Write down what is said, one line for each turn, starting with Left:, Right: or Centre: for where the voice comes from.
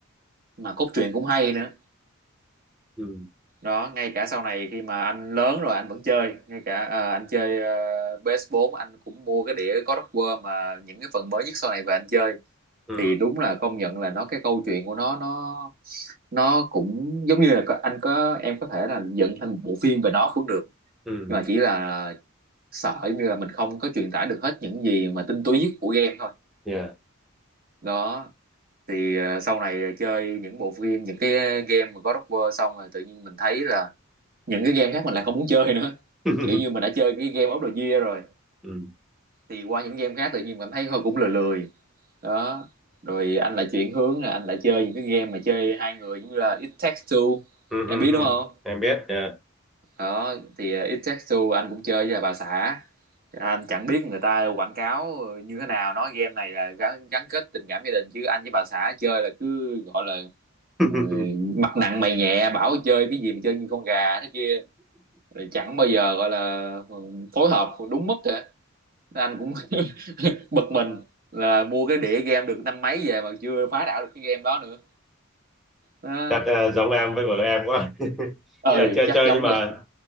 Right: mà cốt truyện cũng hay nữa
Centre: ừ,
Right: đó ngay cả sau này khi mà anh lớn rồi anh vẫn chơi ngay cả ờ, anh chơi ờ, PS4 anh cũng mua cái đĩa God of War mà những cái phần mới nhất sau này về anh chơi
Centre: ừ,
Right: thì đúng là công nhận là nó cái câu chuyện của nó nó nó cũng giống như là có- anh có em có thể là dựng thành một bộ phim về nó cũng được
Centre: ừm,
Right: nhưng mà chỉ là sợ giống như là mình không có truyền tải được hết những gì mà tinh túy nhất của game thôi
Centre: yeah.
Right: đó thì ờ, sau này chơi những bộ phim những cái game mà God of War xong rồi tự nhiên mình thấy là những cái game khác mình lại không muốn chơi nữa
Centre: <laughs>
Right: kiểu như mình đã chơi cái game of the year rồi
Centre: ừ, ừ,
Right: thì qua những game khác tự nhiên cảm thấy thôi cũng lười lười đó rồi anh lại chuyển hướng là anh lại chơi những cái game mà chơi hai người giống như là It Takes Two
Centre: ừ,
Right: em biết
Centre: ừm.
Right: đúng không
Centre: Em biết, yeah.
Right: đó thì ờ, It Takes Two anh cũng chơi với là bà xã anh chẳng biết người ta quảng cáo như thế nào nói game này là gắn, gắn kết tình cảm gia đình chứ anh với bà xã chơi là cứ gọi là
Centre: <laughs>
Right: ừ, mặt nặng mày nhẹ bảo chơi cái gì mà chơi như con gà thế kia Rồi chẳng bao giờ gọi là phối hợp đúng mức cả anh cũng <laughs> bực mình là mua cái đĩa game được năm mấy về mà chưa phá đảo được cái game đó nữa đó.
Centre: Chắc ờ, giống em với vợ em quá. <laughs>
Right: ừ
Centre: Ý là chơi
Right: chắc
Centre: chơi
Right: giống
Centre: nhưng mà
Right: vậy